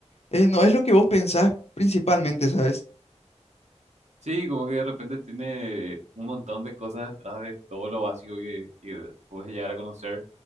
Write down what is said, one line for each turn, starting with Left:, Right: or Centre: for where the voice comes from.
Left: eh, no es lo que vos pensás principalmente, ¿sabes?
Right: Sí, como que de repente tiene un montón de cosas detrás de todo lo básico que, que puedes llegar a conocer.